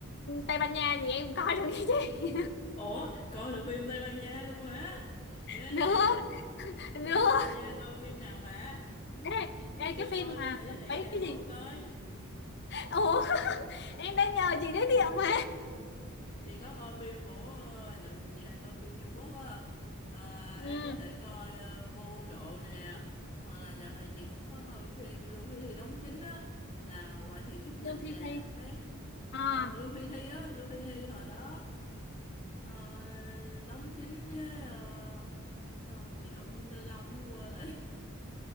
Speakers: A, on the left; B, on the left.
A: Tây Ban Nha gì em coi được nha chị
B: Ủa, coi được phim Tây Ban Nha luôn hả? Ghê
A: <laughs> được
B: vậy,
A: được
B: phim Tây Ban Nha coi phim nào bà?
A: ê,
B: Tôi
A: ê,
B: chưa
A: cái
B: coi
A: phim mà
B: luôn bà giới thiệu
A: mấy
B: vài
A: cái
B: bộ
A: gì
B: coi.
A: ủa em đang nhờ chị giới thiệu mà
B: Chị có coi phim của, ờ, dạo này chị hay coi phim Trung Quốc á. Ờ, em
A: ừ
B: có thể coi ờ, Vô Độ nè, hoặc là dạo này chị cũng có coi phim Lưu Huy Thi đóng chính á, là Hoài Thị Trúc Đình
A: Lưu Thi
B: nè.
A: Thi
B: Thế
A: à
B: Ờ, Luffy Thi á, Luffy Thi hồi đó ờ, ờ, đóng chính với ờ, cái ông gì ông gì Tây Long mới quên rồi